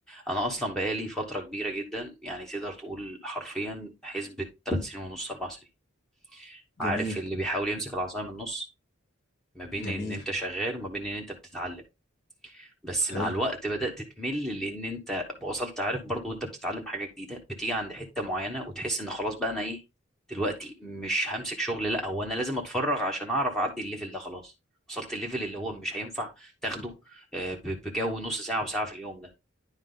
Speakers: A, in the centre; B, on the left.
A: انا اصلا بقالي فترة كبيرة جدا يعني تقدر تقول حرفيا حسبة 3 سنين ونص 4 سنين عارف
B: جميل
A: اللي بيحاول يمسك العصاية من النص ما بين
B: جميل
A: ان انت شغال وما بين ان انت بتتعلم بس
B: حلو
A: مع الوقت بدأت تمل لأن أنت وصلت عارف برضو وأنت بتتعلم حاجة جديدة بتيجي عند حتة معينة وتحس إن خلاص بقى أنا إيه دلوقتي مش همسك شغل لا هو أنا لازم أتفرغ عشان أعرف أعدي الليفل ده خلاص وصلت الليفل اللي هو مش هينفع تاخده
B: مم.
A: آه، ب- بجو نص ساعة وساعة في اليوم ده